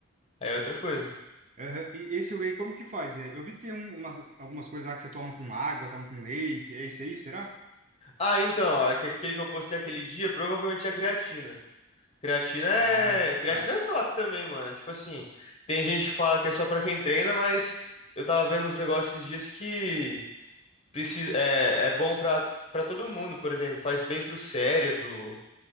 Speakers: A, on the left; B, on the right.
A: aí é outra coisa.
B: Aham, E esse whey, como que faz? É, eu vi que tem um- umas, algumas coisas lá que você toma com água, toma com leite, é esse aí, será?
A: Ah, então, ó, que- aquele que eu postei aquele dia provavelmente é a creatina. Creatina é,
B: Ah,
A: creatina
B: tá.
A: é top também, mano. Tipo assim, tem gente que fala que é só pra quem treina, mas eu tava vendo uns negócios esses dias que precisa, é, é bom pra, pra todo mundo, por exemplo, faz bem pro cérebro,